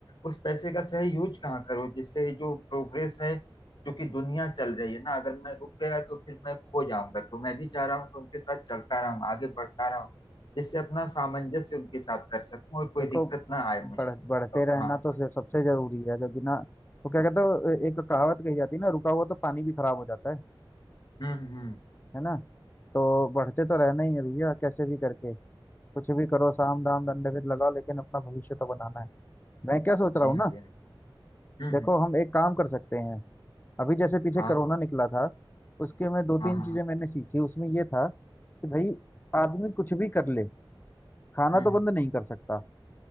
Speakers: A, on the left; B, on the left.
A: उस पैसे का सही यूज कहाँ करूँ जिससे जो प्रोग्रेस है जो कि दुनिया चल रही है ना अगर मैं रुक गया तो फिर मैं खो जाऊंगा तो मैं भी चाह रहा हूँ कि उनके साथ चलता रहूँ आगे बढ़ता रहूँ जिससे अपना सामंजस्य उनके साथ कर सकूँ और कोई
B: देखो
A: दिक्कत ना आए मुझे
B: बढ़ बढ़ते
A: और
B: रहना
A: हाँ
B: तो से- सबसे जरूरी है अगर बिना वो क्या कहते हो एक कहावत कही जाती है ना रुका हुआ तो पानी भी खराब हो जाता है
A: हम्म हम्म हम्म,
B: है ना तो बढ़ते तो रहना ही है भैया कैसे भी करके कुछ भी करो साम दाम दंडभेद लगाओ लेकिन अपना भविष्य तो बनाना है मैं क्या सोच रहा
A: जी
B: हूँ
A: हाँ
B: ना
A: जी हाँ हम्म
B: देखो
A: हम्म
B: हम एक काम कर सकते हैं अभी जैसे पीछे
A: हाँ
B: कोरोना निकला था उसके में दो
A: हाँ
B: तीन
A: हाँ
B: चीजें
A: हाँ,
B: मैंने सीखी उसमें ये था कि भाई आदमी कुछ भी कर ले खाना
A: हम्म हम्म
B: तो बंद नहीं कर सकता